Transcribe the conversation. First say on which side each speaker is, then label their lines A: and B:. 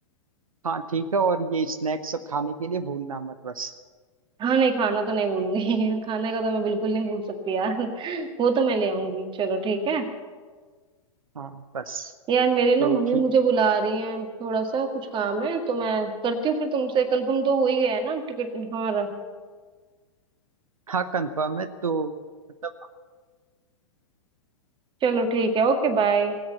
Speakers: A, on the right; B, on the right.
A: हाँ ठीक है और ये स्नैक्स सब खाने के लिए भूलना मत बस
B: हाँ नहीं खाना तो नहीं भूलूंगी <laughs> खाने का तो मैं बिल्कुल नहीं भूल सकती यार <laughs> वो तो मैं ले आऊंगी चलो ठीक है
A: हाँ बस
B: यार मेरी ना
A: तो
B: मम्मी
A: ठीक
B: मुझे बुला रही है थोड़ा सा कुछ काम है तो मैं करती हूँ फिर तुमसे कंफर्म तो हो ही गया है ना टिकट हमारा
A: हाँ कंफर्म है तो मतलब
B: चलो ठीक है ओके बाय